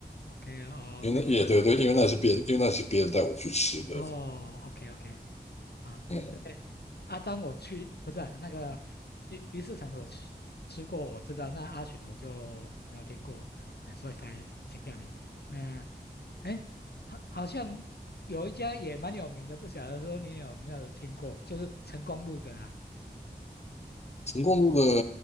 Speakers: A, on the left (about 70°); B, on the left (about 40°).
A: ？OK 哦，
B: 因为那也对对，
A: 没关系。
B: 因为那是别人，因为那是别人带我去吃的。
A: 哦，OK OK，啊，
B: 嗯，
A: Yeah. 对，阿张我去，不是啊那个鱼鱼市场的我吃吃过，我知道，那阿群我就没有听过，<laughs> 所以才请教你。那，哎，好，好像有一家也蛮有名的，不晓得说你有没有听过，就是成功路的啊，
B: 成功路的，